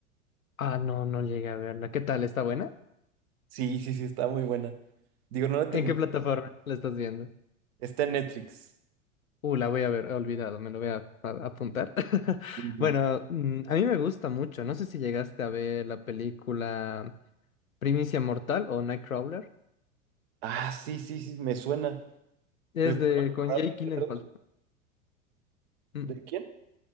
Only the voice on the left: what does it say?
Ah, no, no llegué a verla. ¿Qué tal? ¿Está buena?
¿En qué plataforma la estás viendo?
Uh, la voy a ver, he olvidado, me lo voy a, a- a apuntar. <laughs>
Bueno,
mm, a mí me gusta mucho. No sé si llegaste a ver la película Primicia Mortal o Nightcrawler.
Es
de
con Jake
Gyllenhaal.
Mm,